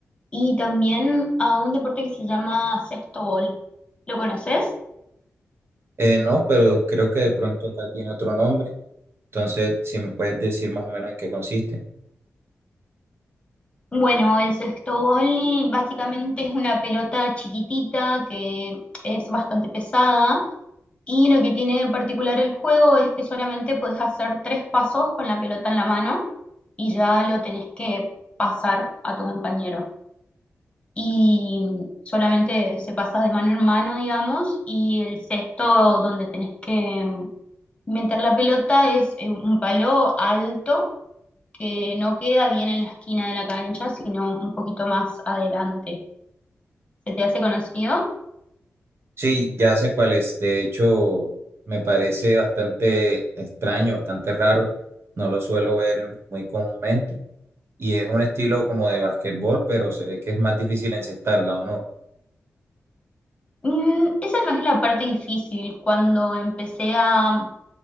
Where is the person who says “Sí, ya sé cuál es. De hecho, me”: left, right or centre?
Right